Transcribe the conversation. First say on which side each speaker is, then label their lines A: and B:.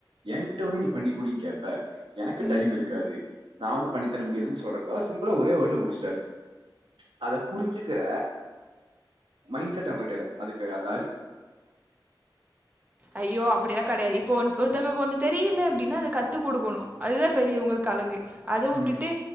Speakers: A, on the right; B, on the right.
A: என்கிட்ட வந்து நீ பண்ணிகுடு கேப்ப எனக்கு
B: ம்
A: டைம் இருக்காது நா வந்து பண்ணி தர முடியதுன் சொ அதுக்கு பதிலா சிம்பிளா ஒரே வேட்ல முடிச்சிட்டரு அத புரிஞ்சுக்கிற மைண்ட் செட் அவட்ட இல்ல அதுக்கு அந்
B: ஐயோ அப்படிலா கிடையாது இப்போ ஒன் ஒருத் த்தவங்களுக்கு ஒன்னு தெரியலை அப்படின்னா அத கத்து கொடுக்கணு அதுதா பெரியவங்களுக்கு அழகு அது உட்டுட்டு
A: ம்,